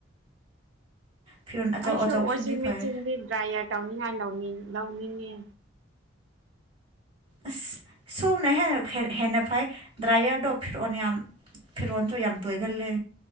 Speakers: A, on the right; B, on the right.
A: ꯐꯤꯔꯣꯟ ꯑꯆꯧ
B: ꯑꯩꯁꯨ
A: ꯑꯆꯧꯕꯁꯤꯡꯗꯤ
B: ꯋꯥꯁꯤꯡ ꯃꯦꯆꯤꯟꯗꯤ
A: ꯐꯩ
B: ꯗ꯭ꯔꯥꯏꯌꯔ ꯇꯧꯅꯤꯡꯉꯥꯏ ꯂꯧꯅꯤꯡ ꯂꯧꯅꯤꯡꯉꯦ
A: ꯑꯁ ꯁꯨꯅ ꯍꯦꯟꯅ ꯐꯩ ꯗ꯭ꯔꯥꯏꯌꯔꯗꯣ ꯐꯤꯔꯛꯑꯣꯅ ꯌꯥꯝ ꯐꯤꯔꯣꯟꯁꯨ ꯌꯥꯝ ꯇꯣꯏꯒꯜꯂꯦ